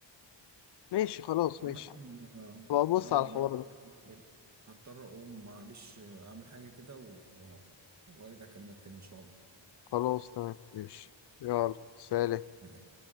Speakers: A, on the left; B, on the right.
A: ماشي خلاص
B: عامه
A: ماشي
B: اه
A: بقى بص
B: آه،
A: على الحوار
B: انا هضطر
A: ده
B: هضطر اقوم معلش آه، اعمل حاجه كده و... وارجع اكلمك تاني ان شاء
A: خلاص تمام ماشي يلا سلام
B: الله